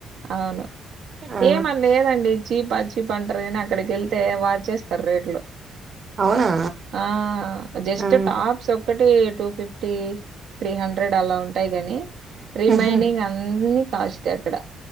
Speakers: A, on the right; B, on the right.
A: అవును
B: ఆ
A: ఏమ లేదండి చీప్ బజ్జి బండ్రైన అక్కడికి వెళ్తే వాచేస్తారు రేట్లు
B: అవునా
A: ఆ జస్ట్
B: ఆ
A: టాప్స్ ఒక్కటి టూ ఫటీటి త్రీ హండ్రెడ్ అలా ఉంటాయి కాని రిమైనింగ్
B: ఆహా
A: అన్ని కాస్ట్ అ అక్కడ